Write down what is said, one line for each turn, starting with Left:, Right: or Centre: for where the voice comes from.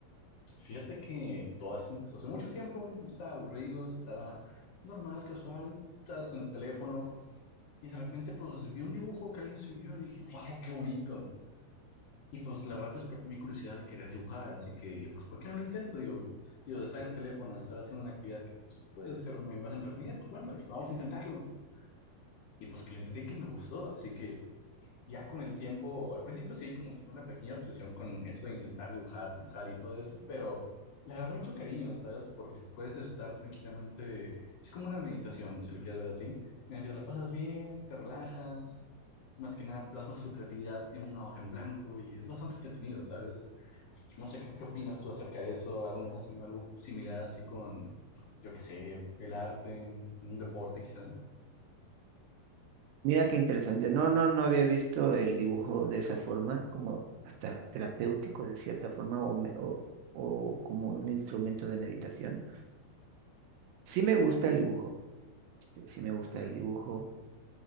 Left: Fíjate que todo esto empezó hace mucho tiempo, yo estaba aburrido, estaba normal, casual, estabas en el teléfono y de repente pues vi un dibujo que alguien subió y dije, wow, qué bonito. Y pues la verdad despertó mi curiosidad de querer dibujar, así que dije, pues ¿por qué no lo intento? Digo, digo, de estar en el teléfono, a estar haciendo una actividad que pues puede ser muy más entretenida, pues bueno, dije, vamos a intentarlo. Y pues que lo intenté y que me gustó, así que ya con el tiempo, al principio sí, como que tuve una pequeña obsesión con eso de intentar dibujar, dibujar y todo eso, pero le agarré mucho cariño, ¿sabes? Porque puedes estar tranquilamente, es como una meditación, si lo quieres ver así, en la que te la pasas bien, te relajas, más que nada plasmas tu creatividad en una hoja en blanco y es bastante entretenido, ¿sabes? No sé qué, qué opinas tú acerca de eso, ¿alguna vez has tenido algo similar así con, yo qué sé, el arte, un deporte quizá?
Right: Mira qué interesante. No, no, no había visto el dibujo de esa forma, como hasta terapéutico de cierta forma o, me- o, o como un instrumento de meditación. Sí me gusta el dibujo, este, sí me gusta el dibujo,